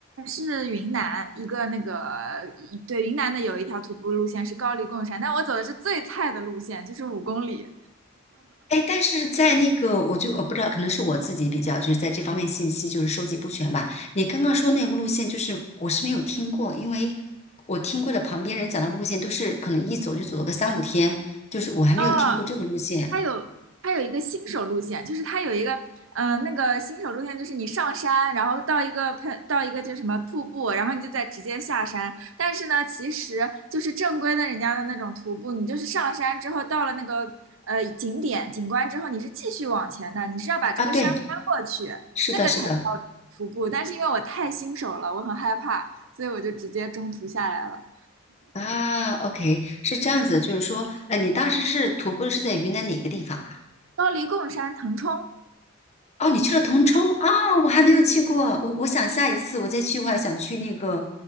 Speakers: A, on the right; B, on the left.
A: 是云南一个那个，一对，云南的有一条徒步路线是高黎贡山，但我走的是最菜的路线，就是五公里。
B: 哎，但是在那个，我就我不知道，可能是我自己比较就是在这方面信息就是收集不全吧。你刚刚说那个路线，就是我是没有听过，因为我听过的旁边人讲的路线都是可能一走就走了个三五天，就是我还没有听过这个路线
A: 嗯，它有它有一个新手路线，就是它有一个嗯，那个新手路线，就是你上山，然后到一个喷到一个叫什么瀑布，然后你就再直接下山。但是呢，其实就是正规的人家的那种徒步，你就是上山之后到了那个呃景点景观之后，你是继续往前的，你是要把这个山翻过去，
B: 啊。对，是的，
A: 那个才叫徒步。
B: 是的
A: 但是因为我太新手了，我很害怕，所以我就直接中途下来了。
B: 啊。OK，是这样子，就是说，呃，你当时是徒步是在云南哪个地方？
A: 高黎贡山腾冲，
B: 哦，你去了铜冲啊，我还没有去过。我我想下一次我再去，
A: 嗯，
B: 我还想去那个